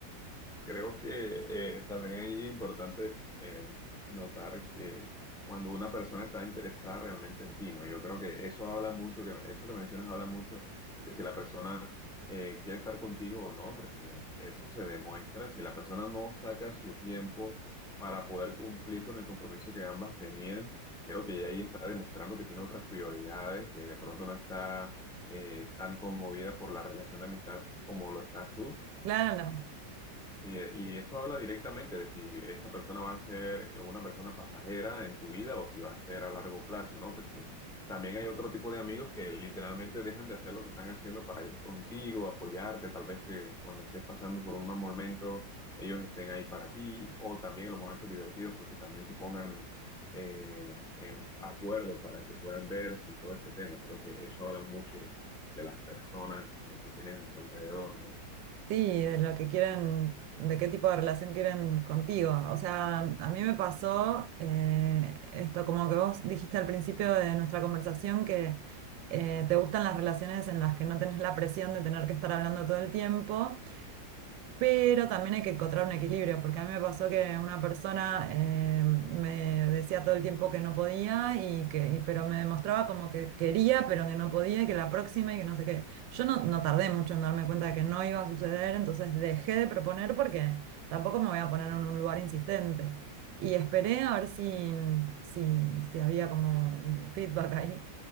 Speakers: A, in the centre; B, on the right.
A: Creo que eh, también ahí es importante eh, notar que cuando una persona está interesada realmente en ti, ¿no? Yo creo que eso habla mucho, que eso que mencionas habla mucho de si la persona eh, quiere estar contigo o no, porque eso se demuestra. Si la persona no saca su tiempo para poder cumplir con el compromiso que ambas tenían, creo que ya ahí está demostrando que tiene otras prioridades, que de pronto no está eh, tan conmovida por la relación de amistad como lo estás tú.
B: Claro, no.
A: Y, y eso habla directamente de si esa persona va a ser una persona pasajera en tu vida o si va a ser a largo plazo, ¿no? Porque también hay otro tipo de amigos que literalmente dejan de hacer lo que están haciendo para ir contigo, apoyarte, tal vez que cuando estés pasando por un mal momento ellos estén ahí para ti o también en los momentos divertidos porque también se pongan eh, en acuerdo para que puedan verse y todo este tema. Creo que eso habla mucho de las personas que, que tienes a tu alrededor, ¿no?
B: Sí, de lo que quieren, de qué tipo de relación quieren contigo. O sea, a mí me pasó eh, esto, como que vos dijiste al principio de nuestra conversación que eh, te gustan las relaciones en las que no tenés la presión de tener que estar hablando todo el tiempo pero también hay que encontrar un equilibrio, porque a mí me pasó que una persona eh, me decía todo el tiempo que no podía, y que, y- pero me demostraba como que quería, pero que no podía, y que la próxima y que no sé qué. Yo no, no tardé mucho en darme cuenta de que no iba a suceder, entonces dejé de proponer porque tampoco me voy a poner en un lugar insistente. Y esperé a ver si, si, si había como un feedback ahí.